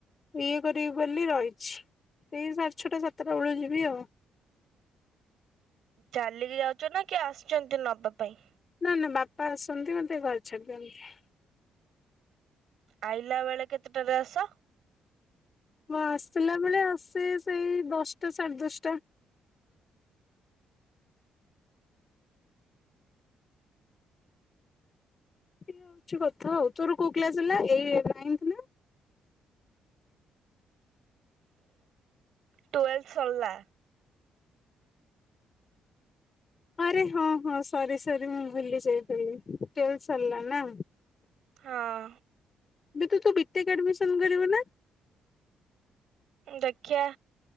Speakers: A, on the left; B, on the right.
A: ଇଏ କରିବି ବୋଲି ରହିଛି ସେଇ ସଢେ ଛଅଟା ସାତଟା ବେଳୁ ଯିବି ଆଉ।
B: ଚାଲିକି ଯାଉଛ ନା କି ଆସୁଛନ୍ତି ନବା ପାଇଁ।
A: ନା ନା ବାପା ଆସନ୍ତି ମତେ ଘରେ ଛାଡି ଦଅନ୍ତି।
B: ଆଇଲା ବେଳେ କେତେଟାରେ ଆସ?
A: ମୁଁ ଆସିଲା ବେଳେ ଆସେ ସେଇ ଦଶଟା ସାଢେ ଦଶଟା ଏ ହଉଛି କଥା ଆଉ ତୋର କୋଉ କ୍ଲାସ ହେଲା ଏଇ ନାଇନ୍ଥି ନା
B: ତୁୱେଲ୍ଥ ସରିଲା।
A: ଆରେ ହଁ ହଁ ସରି ସରି ମୁଁ ଭୁଲି ଯାଇଥିଲି ଟୁଏଲ ସରିଲା ନା
B: ହଁ
A: ଏ ତୁ ତ ବିଟେକ୍ ଆଡମିସନ କରିବୁ ନା
B: ଦେଖିଆ।